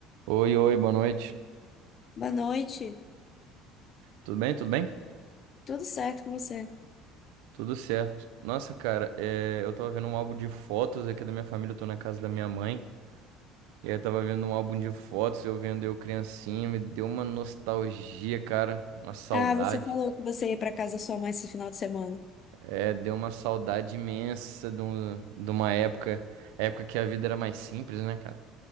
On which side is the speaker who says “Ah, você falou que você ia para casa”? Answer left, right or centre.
Left